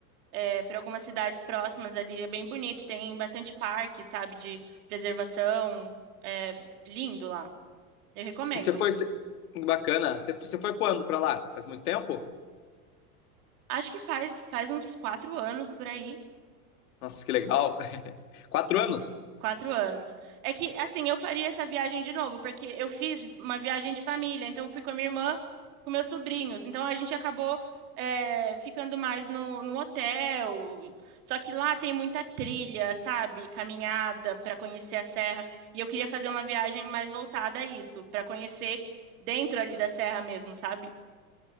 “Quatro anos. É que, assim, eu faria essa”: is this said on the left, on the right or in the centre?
Right